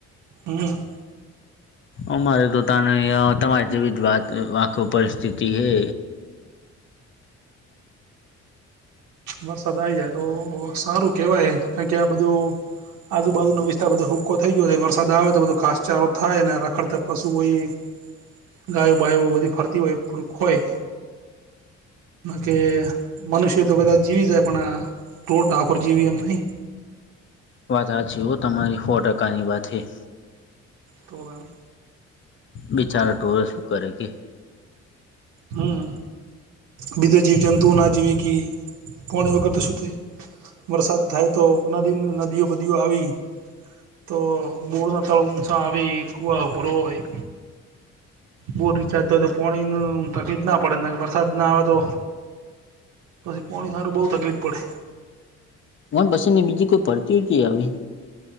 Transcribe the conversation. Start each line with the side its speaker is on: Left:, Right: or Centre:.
Right: હમ.
Left: અમારે તો તને તમારી જેવી જ વાત આખ પરિસ્થિતિ હે.
Right: વરસાદ આઈ જાય તો સારું કેવાય કારણ કે આ બધું. આજુબાજુનો વિસ્તાર બધો હુક્કો થઈ ગયો છે વરસાદ આવે તો બધો ઘાસચારો થાય ને રખડતા. પશુ હોય ઈ ગાયો બાયો બધી ફરતી હોય. ડું હોય કે મનુષ્ય. તો કદાચ જીવી જાય પણ આ ઢોર ઢાખોર જીવી એમ નહીં.
Left: વાત‌ હાચી હો તમારી હો ટકાની વાત હે.
Right: તો તાણે.
Left: બિચારા ઢોર એ શું કરે કે.
Right: હમ બીજા જીવજંતુઓ ના જીવી કે પોણી વગર તો શું થાય. વરસાદ થાય તો નદી નદીઓ બદીઓ આવી. તો બોર ના તળ ઊંસા આવી કુવા ઉભરોય. બોર રિચાર્જ થાય તો પોણી નું તકીલીફ ના. પડે નકર વરસાદ ના આવે તો પછી પોણી હારું બહુ તકલીફ પડે.
Left: મન પછ ને બીજી કોઈ પડતી હોય આવી.